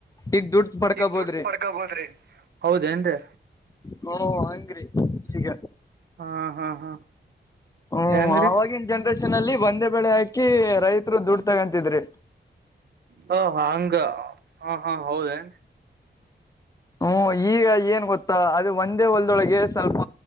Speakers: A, on the left; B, on the right.
A: ಈಗ ದುಡ್ಡು ಪಡ್ಕೋಬೋದ್ರಿ
B: ಈಗ ದುಡ್ಡು ಪಡ್ಕೊಬೋದ್ರಿ ಹೌದೆನ್ರಿ.
A: ಹೋ ಹಂಗ್ರೀ ಈಗ
B: ಹಾ ಹಾ ಹಾ
A: ಹ್ಮ
B: ಹೆಂಗ್ರಿ
A: ಆವಾಗಿನ ಜನ್ರೇಷನ್ ಅಲ್ಲಿ ಒಂದೆ ಬೆಳೆ ಹಾಕಿ ರೈತರು ದುಡ್ ತಗೊಂತಿದ್ರಿ.
B: ಹ ಹಂಗ ಹಾ ಹಾ ಹೌದೇನ್.
A: ಹ್ಮ ಈಗ ಏನ್ ಗೊತ್ತಾ ಅದು ಒಂದೇ ಒಂದ್ ಒಳಗೆ ಸ್ವಲ್ಪ